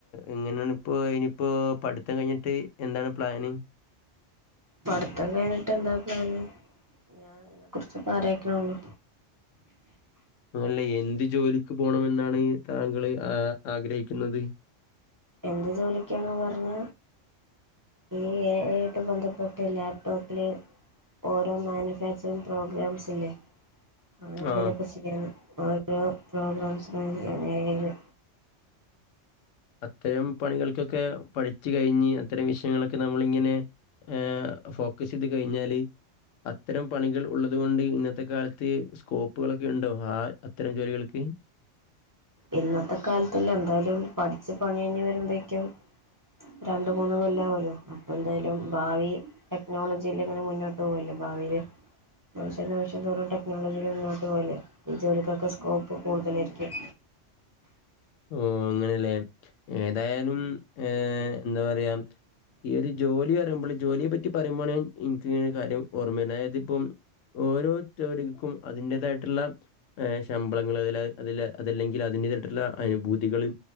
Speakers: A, on the left (about 90°); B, on the right (about 20°).
A: എങ്ങനെയണപ്പോ ഇനിയിപ്പോ പഠിത്തം കഴിഞ്ഞിട്ട് എന്താണ് പ്ലാന്?
B: പഠത്തം കഴിഞ്ഞിട്ട് എന്താ പ്ലാന് ഞാൻ അതിനെ കുറിചൊക്കെ ആലോചിക്കണുള്ളൂ
A: അല്ലേ എന്ത് ജോലിക്ക് പോണമെന്നാണ് താങ്കള് ആ ആഗ്രഹിക്കുന്നത്
B: എന്ത് ജോലിക്കാണ് പറഞ്ഞ ഈ എ ഐ ആയി ബന്ധപ്പെട്ട് ലാപ്ടോപ്പില് ഓരോ മാനുഫാക്ചറിങ് പ്രോഗ്രാംസ് ഇല്ലേ ആനങ്ങനന്തേലൊക്കെ
A: ആ
B: ചെയ്യുണം ഓരോ പ്രോഗ്രാംസൊക്കെ അങ്ങനെ ചെയ്യണം എ ഐ
A: അത്തരം പണികൾക്കൊക്കെ പഠിച്ചു കഴിഞ്ഞ് അത്തരം വിഷയങ്ങളൊക്കെ നമ്മളിങ്ങനെ ഏഹ് ഫോക്കസ് ചെയ്ത് കഴിഞ്ഞാല് അത്തരം പണികൾ ഉള്ളത്കൊണ്ട് ഇന്നത്തെ കാലത്ത് സ്കോപ്പുകളൊക്കെണ്ടോ ആ അത്തരം ജോലികൾക്ക്
B: ഇന്നത്തെ കാലത്തി എന്താലും പഠിച്ചു പണികഴിഞ്ഞ് വരുമ്പോഴേക്കും രണ്ട് മൂന്ന് കൊല്ലാ ആവൂലോ അപ്പ എന്തായാലും ഭാവി ടെക്നോളജിയിൽ ഇങ്ങനെ മുന്നോട്ട് പോകല്ലോ ഭാവിയില് നിമിഷം നിമിഷം തോറും ടെക്നോളജിയിൽ മുന്നോട്ട് പോവല്ലെ ജോലിക്കൊക്ക സ്കോപ്പ് കൂടുതലായിരിക്കും
A: ഓ അങ്ങനെല്ലേ ഏതായാലും ഏ എന്താ പറ പറയാ ഈ ഒരു ജോലി പറയുമ്പോൾ ജോലിയെ പറ്റി പറയ്പോ ആണ് എനക്ക്ങ്ങന ഒരു കാര്യം ഓർമ്മ വന്ന അതായത് ഇപ്പം ഓരോതോരുക്കും അതിന്റേതായിട്ടുള്ള ശമ്പളങ്ങൾ അ അതി അതല്ലെങ്കിൽ അതിൻന്റേതായിട്ടുള്ള അനുഭൂതികളും